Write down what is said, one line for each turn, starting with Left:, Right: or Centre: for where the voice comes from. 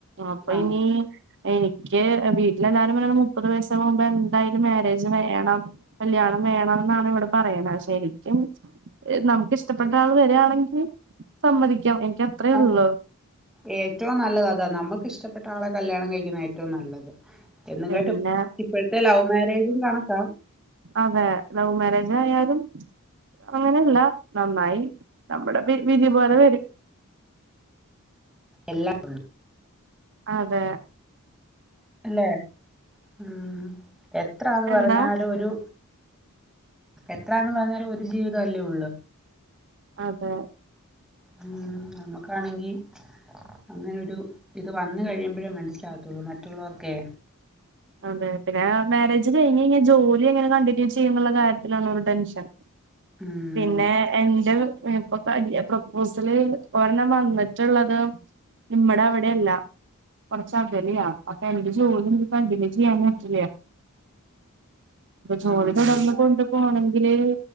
Right: അപ്പൊ
Centre: ആ
Right: ഇനി എനിക്ക് വീട്ടിലെല്ലാരും പറഞ്ഞ മുപ്പത് വയസന് മുമ്പ് എന്തായാലും മാരേജ് വേണം കല്യാണം വേണം എന്നാണ് ഇവിടെ പറയണ ശരിക്കും നമുക്ക് ഇഷ്ടപ്പെട്ട ആൾ വരാണെങ്കിൽ സമ്മതിക്കാം എനിക്ക് അത്രേ
Centre: ആ
Right: ഉള്ളു
Centre: ഏറ്റവും നല്ലത് അതാണ് നമ്മുക്ക് ഇഷ്ടപ്പെട്ട ആളെ കല്യാണം കഴിക്കുന്ന ഏറ്റവും നല്ലത് എന്നും
Right: പിന്നെ
Centre: കേട്ട് ഇപ്പോഴത്തെ ലവ് മാരേജും കണക്കാം
Right: അതേ ലവ് മാരേജ് ആയാലും അങ്ങനെയല്ല നന്നായി നമ്മുടെ വി വിധി പോലെ വരും
Centre: എല്ലാം ഉണ്ട്
Right: അതെ
Centre: അല്ലേ ഉം എത്രാന്ന്
Right: എന്താ
Centre: പറഞ്ഞാലും ഒരു എത്രാന്ന് പറഞ്ഞാലും ഒരു ജീവിത അല്ലേ ഉള്ളൂ
Right: അതെ
Centre: ഉം നമ്മുക്കാണെങ്കി അങ്ങനെ ഒരു ഇത് വന്ന്‌ കഴിയുമ്പഴേ മനസ്സിലാവത്തുള്ളൂ മറ്റുള്ളവർക്കേ
Right: അതെ പിന്നെ മാരേജ് കഴിഞ് കഴിഞ ജോലി എങ്ങനെ കണ്ടിന്യൂ ചെയ്യും എന്നുള്ള കാര്യത്തിലാണ് ഒരു ടെൻഷൻ
Centre: ഉം
Right: പിന്നെ എന്റെ ഇപ്പൊ ക പ്രപ്പോസല് ഒരെണ്ണം വന്നിട്ടുള്ളത് മ്മടെ അവടെ അല്ല കൊറച്ചകലയ അപ്പൊ എനിക്ക് ജോലി കണ്ടിന്യൂ ചെയ്യാൻ പറ്റില്ല ഇപ്പൊ ജോലി
Centre: ഉം
Right: തുടർന്ന് കൊണ്ടു പോണമെങ്കില്